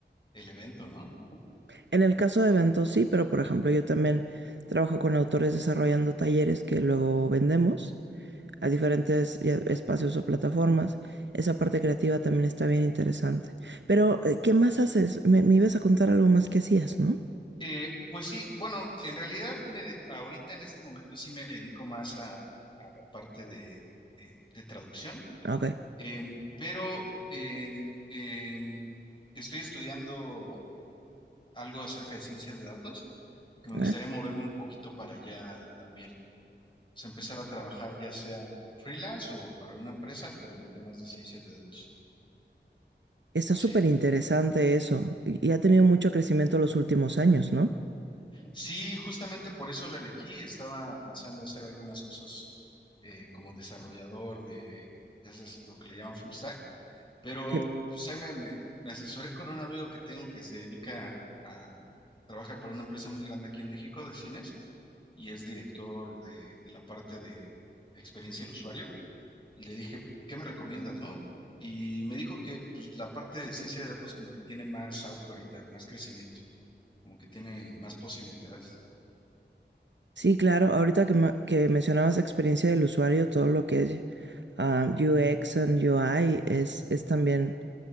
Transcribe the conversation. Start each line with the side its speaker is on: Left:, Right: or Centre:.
Left: el evento, no
Right: En el caso de eventos sí, pero por ejemplo yo también trabajo con autores desarrollando talleres que luego vendemos a diferentes ya, espacios o plataformas. Esa parte creativa también está bien interesante. Pero, eh, ¿qué más haces? Me, me ibas a contar algo más que hacías, ¿no?
Left: Eh, pues sí, bueno, en realidad me de- ahorita en este momento sí me dedico más a, a la parte de, eh, de traducción,
Right: Ah, Ok.
Left: Em, pero en- em, estoy estudiando algo acerca de ciencias de datos, porque me
Right: Ah,
Left: gustaría moverme un poquito para allá también. O sea, empezar a trabajar ya sea freelance o para una empresa, pero en temas de ciencias de datos.
Right: Está
Left: Sí.
Right: súper interesante eso. Y y ha tenido mucho crecimiento los últimos años, ¿no?
Left: Sí, justamente por eso la elegí. Estaba pensando hacer algunas cosas eh, como desarrollador de, ya sabes, lo que le llaman full stack, pero
Right: Sí,
Left: pues, ahí me, me, me asesoré con un amigo que tengo que se dedica a, trabaja para una empresa muy grande aquí en México de cines y es director de, de la parte de experiencia del usuario. Y le dije, ¿qué me recomiendas, no? Y me dijo que pues, la parte de ciencia de datos como que tiene más auge ahorita, más crecimiento, como que tiene más posibilidades.
Right: Sí, claro. Ahorita que, ma- que mencionabas la experiencia del usuario, todo lo que es ah, UX and UI es, es también